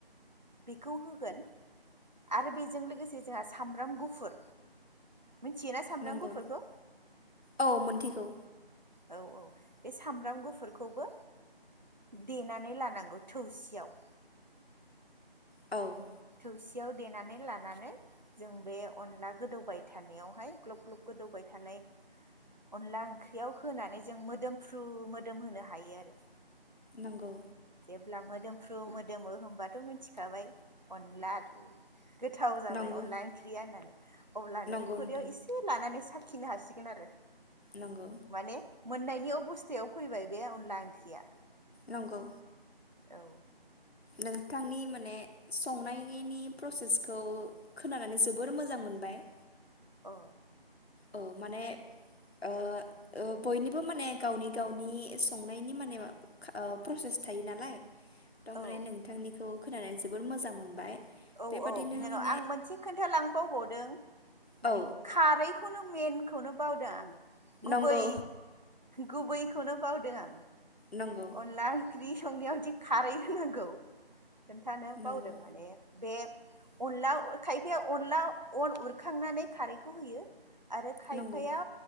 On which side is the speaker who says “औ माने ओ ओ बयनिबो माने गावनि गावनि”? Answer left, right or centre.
Left